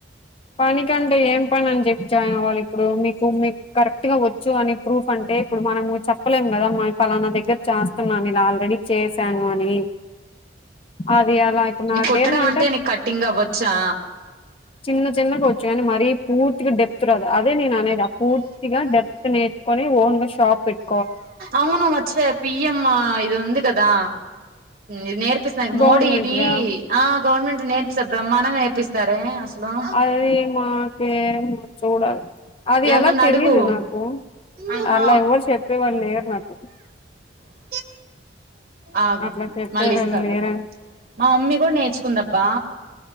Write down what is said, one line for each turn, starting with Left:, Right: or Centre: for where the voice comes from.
Left: పనికంటే ఏం పని అని చెప్పి జాయిన్ అవ్వాలి ఇప్పుడు మీకు మీకు కరెక్ట్ గా వచ్చు అని ప్రూఫ్ అన్ టే ఇప్పుడు మనము చెప్పలేము కదా ఫలానా దగ్గర చేస్తున్నాం ఇలా ఆల్రెడీ చేసా అని అది అలా ఇప్పుడు
Right: నీకు
Left: నాకేందంటే
Right: కుట్టడం అంటే నీకు కట్టింగ్ అవ్వచ్చా
Left: చిన్న చిన్నగ వచ్చు గానీ మరీ పూర్తిగ డెప్త్ రాద అదే నేను అనేది అ పూర్తిగ డెప్త్ నేర్చుకోని ఓన్ గా షాప్ పెట్
Right: అవును మర్చిపోయా పిఎం ఇది ఉంది కదా నేర్ నేర్పిస్తునది మోడీ
Left: గవర్నమెంట్
Right: ఇది
Left: గా
Right: ఆ గవర్నమెంట్ నేర్పిస్తాది బ్రహ్మాండంగా నేర్పిస్తారే అసలు
Left: అది మాకేమో చూడా అది
Right: ఎవరినన్నా
Left: ఎలా తెలిదు
Right: అడుగు
Left: నాకు
Right: ఆహా
Left: అలా ఎవరు చెప్పేవాళ్ళు లేరు నాకు
Right: అ ఆగు
Left: అట్లా చెప్పేవాళ్ళు
Right: మళ్ళీ ఇస్త
Left: లేరని
Right: దిగు మా మమ్మీ కూడా నేర్చుకుందబ్బా